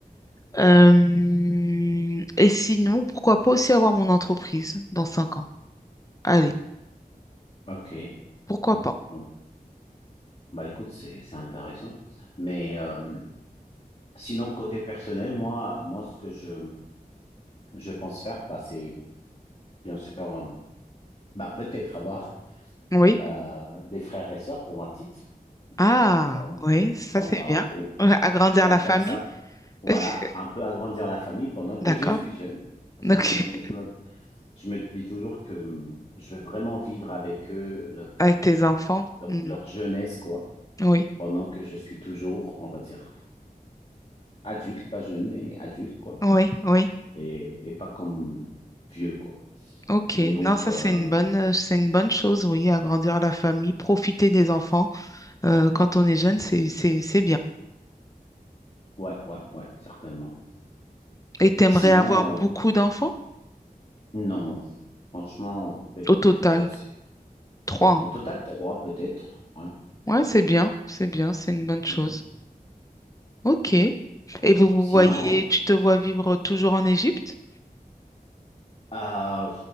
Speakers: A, on the left; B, on the left.
A: Euh, et sinon, pourquoi pas aussi avoir mon entreprise dans cinq ans? Allez,
B: OK.
A: pourquoi
B: Mhm.
A: pas?
B: Bon, Bah écoute, c'est c'est intéressant. Mais euh, sinon, côté personnel, moi, moi, ce que je, je pense faire, bah, c'est bien sûr, euh, bah, peut-être avoir
A: Oui.
B: euh, des frères et sœurs pour ma petite.
A: Ah,
B: On-
A: oui, ça
B: Comme ça,
A: c'est
B: on va,
A: bien.
B: on,
A: Ouais, Agrandir
B: on
A: la
B: va
A: famille.
B: faire ça, voilà,
A: <laughs>
B: un peu agrandir la famille pendant que
A: D'accord.
B: je suis jeune. Parce
A: Donc,
B: que moi, je me, je
A: <laughs>
B: me je me dis toujours que hum, je vais vraiment vivre avec eux leur,
A: avec tes enfants.
B: leur,
A: Hmm.
B: leur jeunesse, quoi,
A: Oui,
B: pendant que je suis toujours, on va dire, adulte, pas jeune, mais adulte, quoi,
A: oui, oui.
B: et, et pas comme vieux, quoi.
A: Ok.
B: Et donc,
A: Non, ça
B: euh,
A: c'est une bonne, euh, c'est une bonne chose, oui, agrandir la famille, profiter des enfants. euh, quand on est jeune, c'est, c'est, c'est bien.
B: ouais, ouais, ouais, certainement.
A: Et t'aimerais
B: Puis sinon,
A: avoir
B: euh,
A: beaucoup d'enfants?
B: non, franchement, peut-être
A: Au total,
B: deux ou trois, c'est...
A: trois. hein.
B: Au total, trois peut-être, ouais.
A: Ouais, c'est bien, c'est bien, c'est une bonne chose.
B: Mhm.
A: Ok. Et vous vous
B: Sinon,
A: voyez, tu te vois vivre toujours en Égypte?
B: Euh,